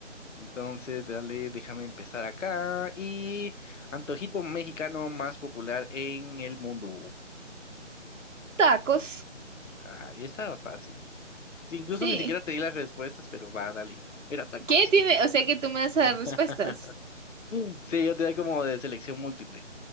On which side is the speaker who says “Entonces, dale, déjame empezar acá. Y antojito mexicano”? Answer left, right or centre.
Left